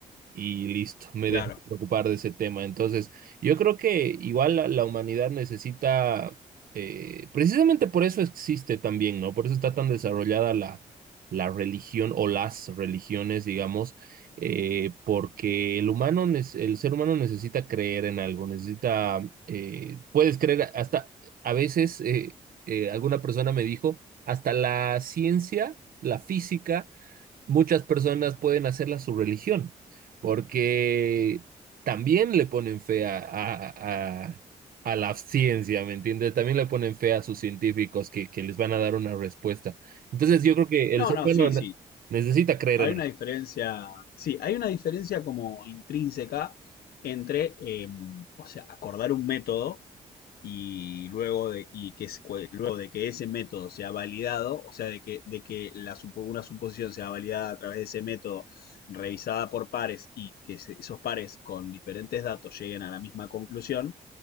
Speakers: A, on the right (about 65°); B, on the left (about 80°).
A: y listo, me
B: Claro.
A: dejé de preocupar de ese tema. Entonces, yo creo que igual la, la humanidad necesita, eh, precisamente por eso existe también, ¿no? Por eso está tan desarrollada la, la religión o las religiones, digamos, eh, porque el humano, nes- el ser humano necesita creer en algo, necesita, eh, puedes creer hasta, a veces, eh, eh, alguna persona me dijo, hasta la ciencia, la física muchas personas pueden hacerla su religión, porque también le ponen fe a, a, a- a la ciencia, ¿me entiendes? También le ponen fe a sus científicos que, que les van a dar una respuesta. Entonces yo creo que
B: No,
A: el ser
B: no,
A: humano
B: sí,
A: ne-
B: sí.
A: necesita creer
B: Hay
A: en él.
B: una diferencia, sí, hay una diferencia como intrínseca entre, eh, o sea, acordar un método y luego de, y que, luego de que ese método sea validado, o sea, de que, de que la, supo- una suposición sea validada a través de ese método, revisada por pares y que se- esos pares con diferentes datos lleguen a la misma conclusión,